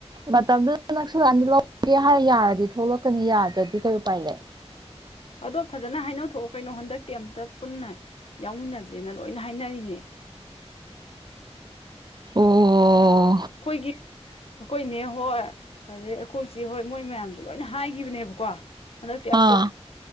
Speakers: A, on the right; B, on the left.
A: ꯃꯇꯝꯗꯨꯗ ꯅꯛꯁꯨꯂꯥꯟꯗ ꯂꯧꯒꯦ ꯍꯥꯏꯔ ꯌꯥꯔꯗꯤ ꯊꯣꯛꯂꯛꯀꯅꯤ ꯌꯥꯗ꯭ꯔꯗꯤ ꯀꯩ ꯎꯄꯥꯏ ꯂꯩ
B: ꯑꯗꯣ ꯐꯖꯅ ꯍꯥꯏꯅꯧ ꯊꯣꯛꯑꯣ ꯀꯩꯅꯣ ꯍꯟꯗꯛ ꯀꯩ ꯑꯝꯇ ꯄꯨꯟꯅ ꯌꯥꯎꯃꯤꯟꯅꯁꯦꯅ ꯂꯣꯏꯅ ꯍꯥꯏꯅꯔꯤꯅꯦ
A: ꯑꯣ
B: ꯑꯩꯈꯣꯏꯒꯤ ꯑꯩꯈꯣꯏꯅꯦ ꯍꯣꯏ ꯑꯗꯩ ꯑꯩꯈꯣꯏꯁꯤꯦ ꯍꯣꯏ ꯃꯣꯏ ꯃꯌꯥꯝꯁꯨ ꯂꯣꯏꯅ ꯍꯥꯏꯈꯤꯕꯅꯦꯕꯀꯣ ꯑꯗ ꯌꯥꯝ
A: ꯑꯥ
B: ꯇ